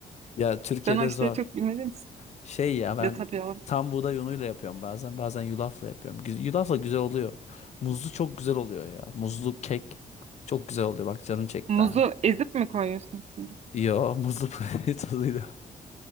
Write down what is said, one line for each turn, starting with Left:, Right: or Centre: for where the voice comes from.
Left: Ya Türkiye'de
Right: Ben o işleri
Left: zor.
Right: çok bilmediğim için.
Left: Şey ya ben
Right: Ya tabii o.
Left: tam buğday unuyla yapıyorum bazen. Bazen yulafla yapıyorum. Gü- Yulafla güzel oluyor. Muzlu çok güzel oluyor ya. Muzlu kek çok güzel oluyor. Bak canım çekti
Right: Muzu
Left: ha.
Right: ezip mi koyuyorsun içine?
Left: Yo muzlu <laughs> protein tozuyla.